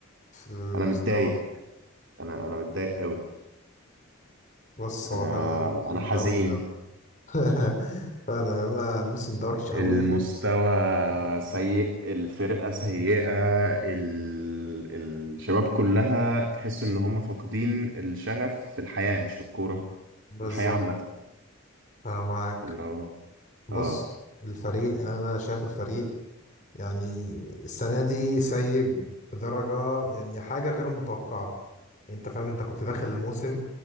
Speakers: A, on the left; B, on the right.
A: في المستوى
B: انا متضايق انا انا متضايق قوي
A: بص هو
B: انا
A: فعلا الموسم
B: انا حزين
A: ده وحش قوي <laughs> فعلا انا الموسم ده وحش قوي
B: المستوى سيء الفرقة سيئة ال... الشباب كلها تحس ان هم فاقدين الشغف في الحياة مش في الكورة
A: بالظبط
B: الحياة عامة
A: انا معاك
B: اللي هو
A: بص
B: اه
A: الفريق يعني انا شايف الفريق يعني السنة دي سيء بدرجة يعني حاجة غير متوقعة انت فاهم انت كنت داخل الموسم